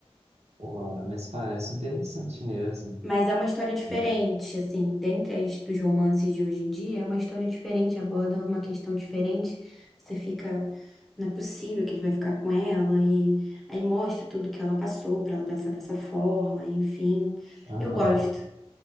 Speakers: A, on the right (about 80°); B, in the centre.
A: Pô, mas parece interessante mesmo.
B: Mas é uma história diferente,
A: É.
B: assim, dentre as dos romances de hoje em dia, é uma história diferente, aborda uma questão diferente. Você fica, não é possível que ele vai ficar com ela, e aí mostra tudo que ela passou para ela pensar dessa forma, enfim.
A: Aham.
B: Eu gosto.